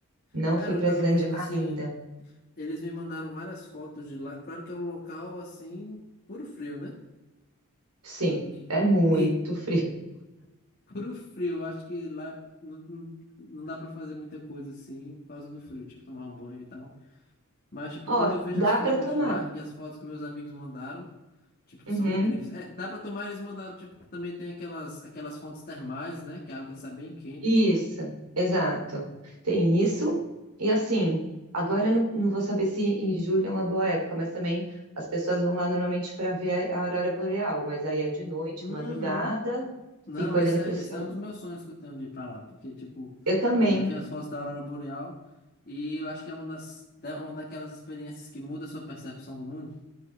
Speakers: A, on the right; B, on the left.
A: Não
B: Cara,
A: fui
B: eu
A: para
B: tava
A: Islândia
B: vendo assim,
A: ainda.
B: eles me mandaram várias fotos de lá. Claro que é um local assim, puro frio, né?
A: Sim,
B: Tanto que
A: é muito
B: <laughs> e
A: frio.
B: puro frio, eu acho que lá não, não não dá pra fazer muita coisa assim por causa do frio, tipo tomar um banho e tal. Mas, tipo,
A: Ó,
B: quando eu vejo
A: dá
B: as fotos
A: para tomar.
B: de lá e as fotos que meus amigos mandaram, tipo,
A: Uhum.
B: são incríveis. É, dá pra tomar, eles mandaram, tipo, que também tem aquelas, aquelas fontes termais, né? Que a água sai bem quente.
A: Isso, exato. Tem isso. E assim, agora eu não, não vou saber se em julho é uma boa época, mas também as pessoas vão lá normalmente para ver a aurora boreal, mas aí é de noite,
B: Uhum.
A: madrugada,
B: Não,
A: fica olhando
B: esse é,
A: para o céu.
B: esse é um dos meus sonhos que eu tenho de ir pra lá, porque, tipo,
A: Eu também.
B: eu já vi as fotos da Aurora Boreal e eu acho que é uma das, da- uma daquelas experiências que muda a sua percepção do mundo.